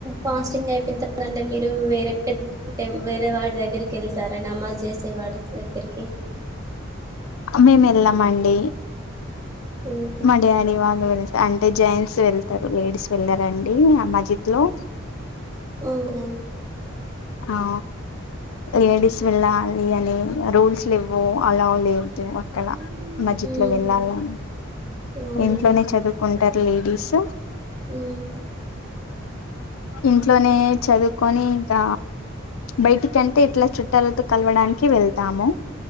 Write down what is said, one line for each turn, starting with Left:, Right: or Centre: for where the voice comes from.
Right: ఫాస్టింగ్ అయిపోయిన్ త అంటే మీరు వేర పెత్ టెమ్ వేరే వాడి దగ్గర్కెల్తే అరె నమాజ్ చేసే వాడి దగ్గరికి
Left: మేం ఎళ్ళమండి
Right: ఉహు
Left: మా డాడీ వాళ్ళు వె అంటే జెంట్స్ వెళ్తరు లేడీస్ వెళ్ళరండి ఆ మజీద్లో
Right: అవునా
Left: ఆ లేడీస్ వెళ్ళా ఈ అన్నీ రూల్స్లు లెవ్వు అలా లేవ్ డ్రీమ్ అక్కడ
Right: ఉహు
Left: మజీద్లొ వెళ్ళాలని
Right: అవునా
Left: ఇంట్లోనే చదువుకుం టారు లేడీస్
Right: ఉహ్
Left: ఇంట్లోనే చదువుకొని ఇంక బయటికంటే ఇట్లా చుట్టాలతో కలవడానికి వెళ్తాము